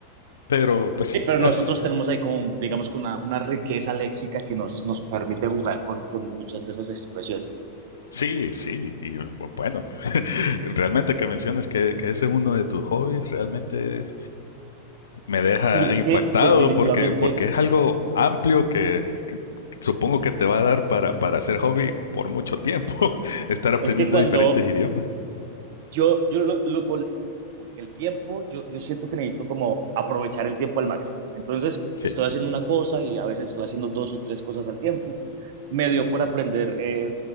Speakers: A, on the left; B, on the right.
A: pero pues sí,
B: Sí, pero nosotros
A: así,
B: tenemos ahí como, digamos, que una, una riqueza léxica que nos, nos permite jugar con, con muchas de esas expresiones.
A: Sí, sí, y bu- bueno, <laughs> realmente que menciones que, que ese es uno de tus hobbies, realmente es- me deja
B: Y es
A: impactado
B: que definitivamente,
A: porque, porque es algo amplio que, que supongo que te va a dar para, para hacer hobby por mucho tiempo, <laughs> estar aprendiendo
B: es que cuando
A: diferentes idiomas.
B: Yo, yo lo, lo con como que el tiempo, yo, yo siento que necesito como aprovechar el tiempo al máximo. Entonces,
A: Sí.
B: estoy haciendo una cosa y a veces estoy haciendo dos o tres cosas al tiempo. Me dio por aprender eh,